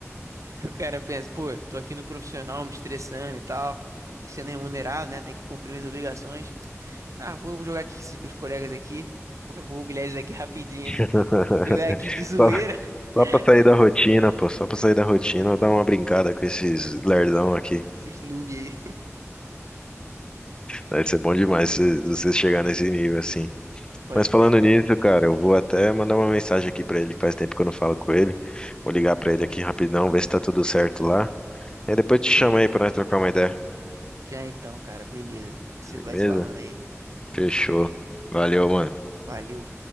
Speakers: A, on the right (about 80°); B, on the left (about 15°).
A: O cara pensa, pô, tô aqui no profissional, me estressando e tal. Sendo remunerado, né? Tem que cumprir minhas obrigações. Ah, vou, vou jogar aqui com esses meus colegas aqui. Eu vou humilhar eles aqui rapidinho. <laughs>
B: <laughs>
A: Jogar aqui de zoeira.
B: Só,
A: <laughs>
B: só pra sair da rotina, pô. Só pra sair da rotina, eu dar uma brincada com esses lerdão aqui.
A: Esses noob aí.
B: Vai ser bom demais se você chegar nesse nível assim.
A: Pode
B: Mas falando
A: crer, cara.
B: nisso, cara, eu vou até mandar uma mensagem aqui pra ele, que faz tempo que eu não falo com ele. Vou ligar pra ele aqui rapidão, ver se tá tudo certo lá. Aí depois te chamo aí pra nós trocar uma ideia.
A: Já então, cara. Beleza. A gente se-
B: Beleza?
A: vai se falando aí.
B: Fechou. Valeu, mano.
A: Valeu.